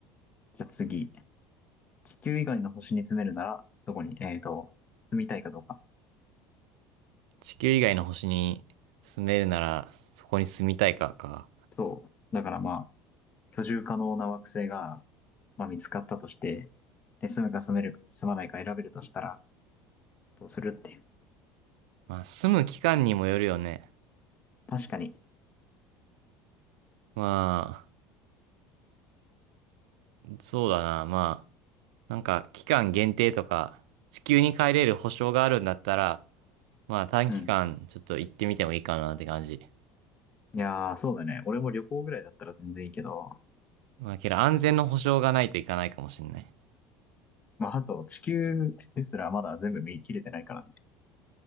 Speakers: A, on the left; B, on the right.
A: じゃあ次。地球以外の星に住めるなら、どこに、えっと、住みたいかどうか。
B: 地球以外の星に住めるなら、そこに住みたいかか。
A: そう。だからまあ、居住可能な惑星が、まあ、見つかったとして、で、住むか住める、住まないか選べるとしたら、どうするって。
B: まあ、住む期間にもよるよね。
A: 確かに。
B: まあ、そうだな。まあ、なんか期間限定とか、地球に帰れる保証があるんだったら、まあ短期間ちょっと行ってみてもいいかなって感じ。
A: うん。いやー、そうだね。俺も旅行ぐらいだったら全然いいけど、
B: まあけど安全の保証がないといかないかもしんない。
A: まあ、あと地球ですらまだ全部見切れてないからね。